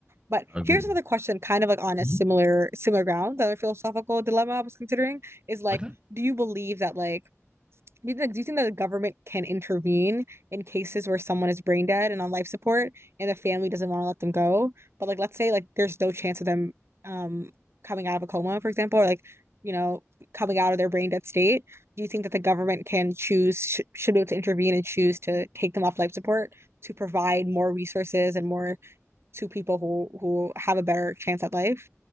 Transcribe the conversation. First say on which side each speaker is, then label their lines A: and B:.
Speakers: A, on the right; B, on the right.
A: But
B: i agree
A: here's another question, kind of like on
B: Mhm.
A: a similar similar ground, the other philosophical dilemma I was considering is like,
B: okay
A: do you believe that like do you think, do you think that the government can intervene in cases where someone is brain dead and on life support and the family doesn't want to let them go? But like let's say like there's no chance of them um coming out of a coma, for example, or like, you know, coming out of their brain dead state. Do you think that the government can choose sh should be able to intervene and choose to take them off life support to provide more resources and more to people who who have a better chance at life?